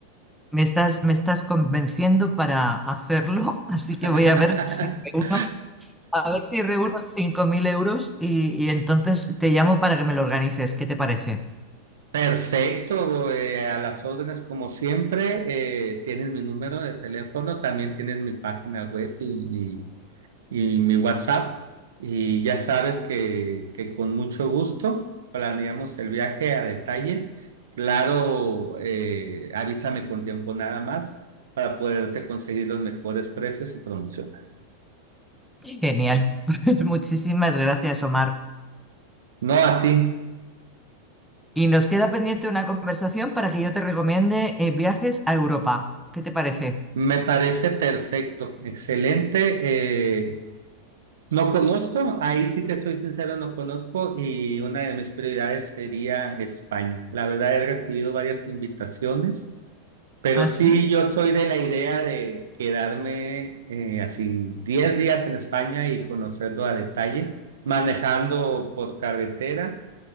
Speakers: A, in the centre; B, on the right.
A: Me estás, me estás convenciendo para hacerlo, <laughs> así
B: <laughs>
A: que voy a ver si reúno, a ver si reúno 5.000 euros y, y entonces te llamo para que me lo organices. ¿Qué te parece?
B: Perfecto, eh, a las órdenes como siempre, eh, tienes mi número de teléfono, también tienes mi página web y, y- y mi WhatsApp y ya sabes que, que con mucho gusto planeamos el viaje a detalle. Claro, eh, avísame con tiempo nada más para poderte conseguir los mejores precios y promociones.
A: Genial. <laughs> Pues Muchísimas gracias, Omar.
B: No a ti,
A: Y nos queda pendiente una conversación para que yo te recomiende eh, viajes a Europa. ¿Qué te parece?
B: me parece perfecto, excelente. eh, No conozco, ahí sí te soy sincero, no conozco y una de mis prioridades sería España. La verdad he recibido varias invitaciones, pero
A: ¿Así?
B: sí yo soy de la idea de quedarme eh, así 10 días en España y conocerlo a detalle, manejando por carretera